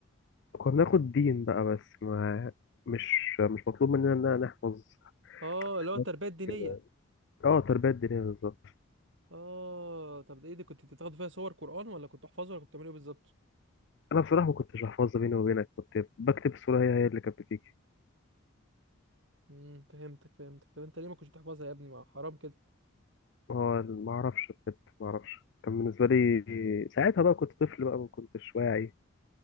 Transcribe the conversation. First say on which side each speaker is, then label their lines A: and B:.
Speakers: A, on the left (about 55°); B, on the right (about 60°).
A: كنا بناخد دين بقى بس ما مش مش مطلوب مننا إن أنا نحفظ
B: اه
A: حاجات
B: اللي هو التربية الدينية
A: كده اه تربية دينية بالظبط
B: اه طب ده ايه دي كنت بتاخد فيها صور قرآن ولا كنت تحفظها ولا كنت بتعمل ايه بالظبط
A: انا بصراحه ما كنتش بحفظها بيني وبينك كنت بكتب الصوره هي هي اللي كانت بتيجي
B: امم فهمتك فهمتك طب انت ليه ما كنتش بتحفظها يا ابني ما حرام كده
A: ما هو ما اعرفش بجد ما اعرفش كان بالنسبه لي ساعتها بقى كنت طفل بقى ما كنتش واعي